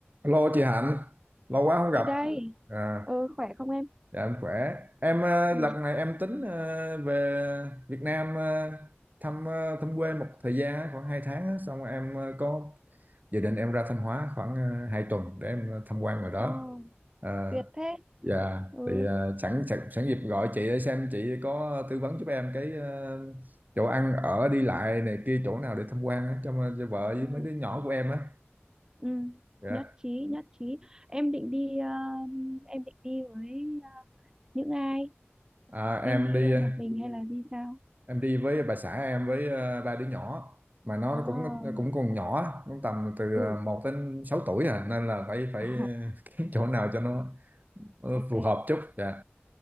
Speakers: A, on the right; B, on the right.
A: Alo chị Hạnh, lâu quá không gặp.
B: Chị đây.
A: À,
B: Ừ, khỏe không em?
A: dạ em khỏe. Em ờ,
B: Ừ.
A: lần này em tính ờ, về Việt Nam ờ, thăm ờ, thăm quê một thời gian á, khoảng 2 tháng á. xong rồi em ờ, có dự định em ra Thanh Hóa khoảng uh, 2 tuần để em ờ, tham quan ngoài đó.
B: Ồ,
A: À,
B: tuyệt thế.
A: dạ
B: Ừ.
A: thì ờ, sẵn sẵn sẵn dịp gọi chị để xem chị có tư vấn giúp em cái ờ, chỗ ăn ở đi lại này kia chỗ nào để tham quan á cho, cho vợ với
B: Ừ.
A: mấy đứa nhỏ của em á.
B: Ừ.
A: Dạ.
B: Nhất trí, nhất trí. Em định đi ờ, em định đi với ờ, những ai?
A: À, em
B: Em đi
A: đi ờ,
B: một mình hay là đi sao?
A: em đi với bà xã em với ờ, ba đứa nhỏ mà nó
B: À,
A: cũng nó cũng còn nhỏ cũng tầm từ
B: ừ.
A: ờ, một đến 6 tuổi à nên là phải phải
B: Ờ,
A: <laughs> kiếm chỗ nào cho nó, nó
B: ok.
A: phù hợp chút dạ